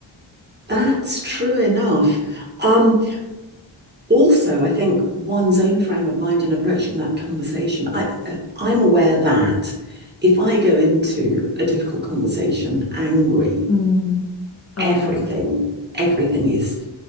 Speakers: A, on the right; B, on the left.
A: that's true enough. Um, also, I think one's own frame of mind in approaching that conversation. I, uh, I'm aware that if I go into a difficult conversation angry,
B: mm. oh
A: everything,
B: yeah
A: everything is